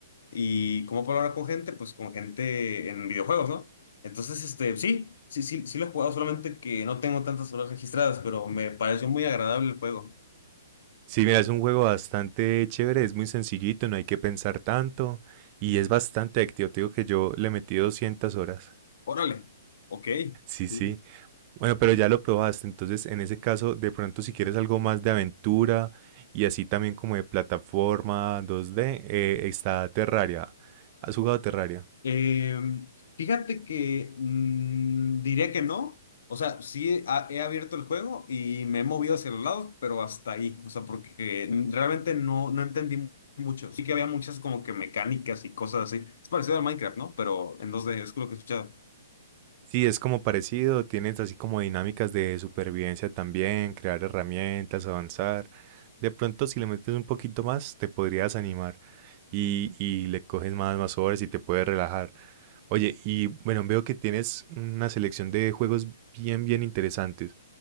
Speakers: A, on the left; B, on the right.
A: ¿Y cómo puedo hablar con gente? Pues con gente en videojuegos, ¿no? Entonces, este, sí, sí, sí, sí lo he jugado, solamente que no tengo tantas horas registradas, pero me pareció muy agradable el juego.
B: Sí, mira, es un juego bastante chévere, es muy sencillito, no hay que pensar tanto y es bastante activo. Te digo que yo le metí 200 horas.
A: Órale, ok.
B: Sí,
A: Sí.
B: sí. Bueno, pero ya lo probaste, entonces en ese caso, de pronto si quieres algo más de aventura y así también como de plataforma 2D, eh, está Terraria. ¿Has jugado Terraria?
A: Eh, fíjate que mm, diría que no. O sea, sí he, a- he abierto el juego y me he movido hacia los lados, pero hasta ahí. O sea, porque mm, realmente no, no entendí mucho. Sí que había muchas como que mecánicas y cosas así. Es parecido al Minecraft, ¿no? Pero en dos d es lo que he escuchado.
B: Sí, es como parecido, tienes así como dinámicas de supervivencia también, crear herramientas, avanzar. De pronto, si le metes un poquito más, te podrías animar y, y le coges más, más horas y te puedes relajar. Oye, y bueno, veo que tienes una selección de juegos bien, bien interesantes.